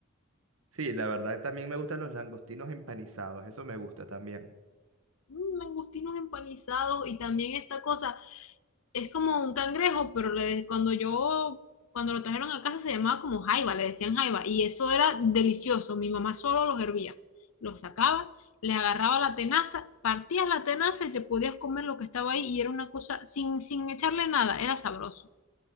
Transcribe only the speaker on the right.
Sí, la verdad también me gustan los langostinos empanizados, eso me gusta también.